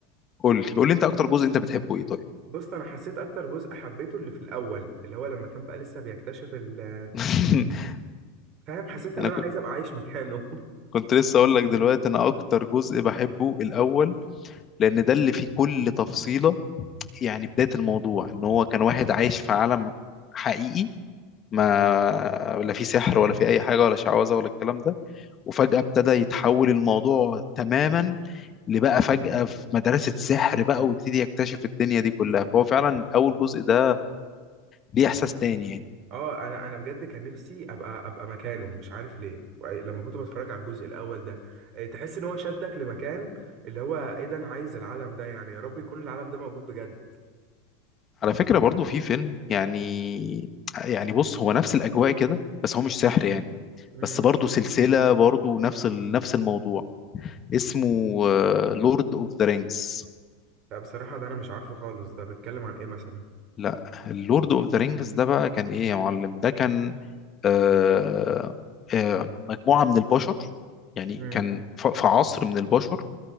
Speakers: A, on the left (about 30°); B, on the right (about 45°).
A: قول لي قول لي انت اكتر جزء انت بتحبه ايه طيب
B: بص انا حسيت اكتر جزء حبيته اللي في الاول اللي هو لما كان بقى لسه بيكتشف ال-
A: <laughs>
B: فاهم حسيت ان
A: انا
B: انا
A: كنت
B: عايز ابقى عايش مكانه
A: كنت لسه اقول لك دلوقتي انا اكتر جزء بحبه الاول لان ده اللي فيه كل تفصيلة يعني بداية الموضوع ان هو كان واحد عايش في عالم حقيقي ما
B: <laughs>
A: ولا فيه سحر ولا فيه اي حاجة ولا شعوذة ولا الكلام ده وفجأة ابتدى يتحول الموضوع تماما لبقى فجأة في مدرسة سحر بقى ويبتدي يكتشف الدنيا دي كلها فهو فعلا اول جزء ده ليه احساس تاني يعني
B: اه انا انا بجد كان نفسي ابقى ابقى مكانه مش عارف ليه وع- لما كنت بتفرج على الجزء الاول ده آه، تحس ان هو شدك لمكان اللي هو ايه ده انا عايز العالم ده يعني يا رب يكون العالم ده موجود بجد
A: على فكرة برضو في فيلم يعني يعني بص هو نفس الاجواء كده بس هو مش سحر يعني
B: امم
A: بس برضه سلسلة برضه نفس ال... نفس الموضوع اسمه لورد اوف ذا رينجز
B: لا بصراحة ده انا مش عارفه خالص ده بيتكلم عن ايه مثلا
A: لا اللورد اوف ذا رينجز ده بقى كان ايه يا معلم ده كان آه آه مجموعة من البشر يعني
B: امم
A: كان ف- في عصر من البشر